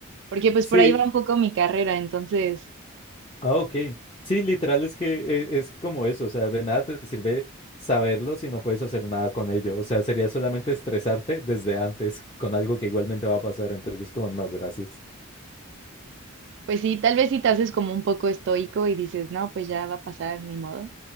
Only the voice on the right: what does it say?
porque pues
por ahí va un poco mi carrera, entonces,
pues sí, tal vez si te haces como un poco estoico y dices, no, pues ya va a pasar, mi modo,